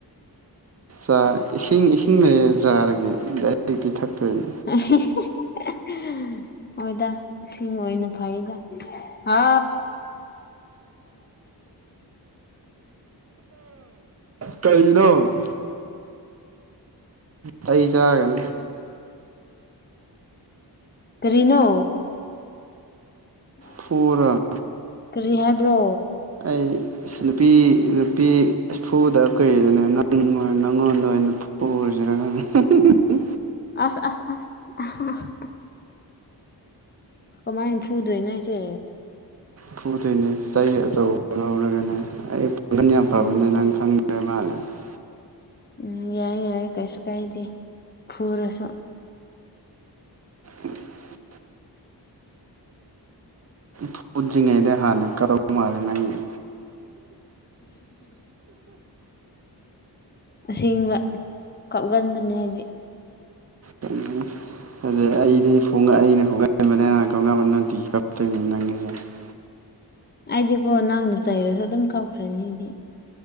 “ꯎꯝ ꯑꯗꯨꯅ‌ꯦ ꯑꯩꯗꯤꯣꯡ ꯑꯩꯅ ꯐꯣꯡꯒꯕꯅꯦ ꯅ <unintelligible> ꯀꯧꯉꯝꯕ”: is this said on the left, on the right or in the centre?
Right